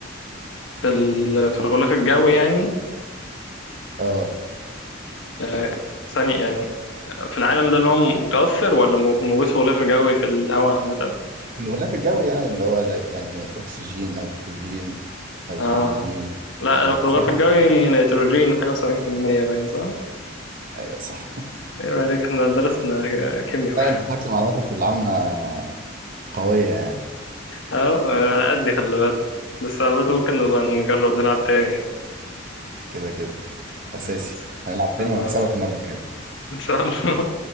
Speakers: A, on the left; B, on the right.
A: في ال... في الغلاف الجوي يعني
B: اه
A: آه ثاني يعني في العالم ده اللي هو متوفر ولا مو- موجود في غلاف جوي في الهواء عامة
B: في الغلاف الجوي يعني اللي هو زي يعني اكسجين نيتروجين هيدروجين
A: اه لا
B: هيليا
A: لو في الغلاف
B: فاهم
A: الجوي نيتروجين حاجة وسبعين في المية باين صح؟
B: ايوه صح
A: ايه عليك احنا درسنا كيمياء <laughs>
B: لا انت فاكر معلوماتك العامة قوية يعني
A: اهو على قد خلي بالك بس على بالك ممكن نبقى نجرب نلعب تاني يعني
B: كده كده اساسي
A: خلاص
B: هنلعب تاني
A: خلاص
B: وهكسبك المرة الجاية
A: ان شاء الله